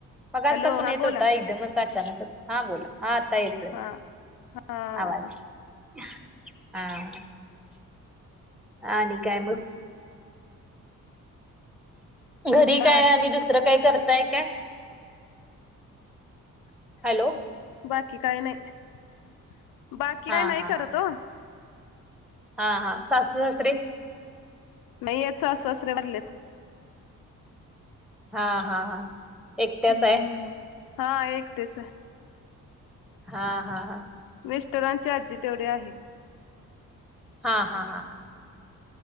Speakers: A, in the centre; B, on the left (about 85°).
A: मगासपासून
B: हॅलो हा
A: येत
B: बोला
A: होता एकदमच अचानकच हा, बोला हा आता येतोय.
B: हा हा
A: आवाज हा ह, आणि काय मग. घरी काय
B: बाकी
A: आणि दुसरं काय करताय काय? हॅलो,
B: बाकी काही नाही बाकी
A: हा
B: काय नाही
A: हा
B: करत
A: हा
B: हो.
A: हा हा, सासू सासरे.
B: नाहीत सासू सासरे वारलेत.
A: हा. हा. हा. एकट्याच
B: हम्म
A: आहे?
B: हा एकटीच हाय.
A: हा. हा. हा.
B: मिस्टरांची आजी तेवढी आहे.
A: हा. हा. हा. हा.